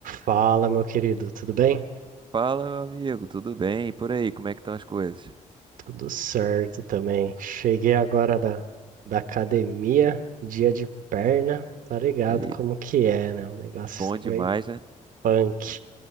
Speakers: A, on the right; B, on the right.
A: Fala, meu querido, tudo bem?
B: Fala, meu amigo, tudo bem? E por aí, como é que estão as coisas?
A: Tudo certo também. Cheguei agora da, da academia, dia de perna, tá ligado
B: E
A: como que é, né? O negócio
B: bom demais,
A: foi
B: né?
A: punk.